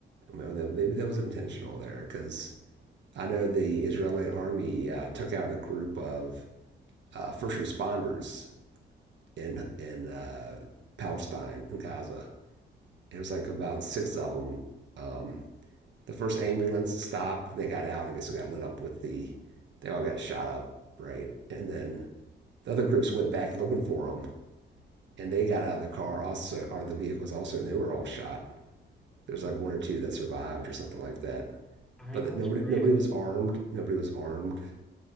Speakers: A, on the right; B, in the centre.
A: well, maybe that was intentional there because I know the Israeli army uh, took out a group of uh, first responders in in uh, Palestine in Gaza. It was like about six of them. Um, the first ambulance stopped and they got out. and I guess it got lit up with the. They all got shot up, right? And then the other groups went back looking for them, and they got out of the car also, out of the vehicles also, and they were all shot. There's like one or two that survived or something like that.
B: I mean,
A: But
B: that's
A: nobody,
B: crazy.
A: nobody was armed. Nobody was armed.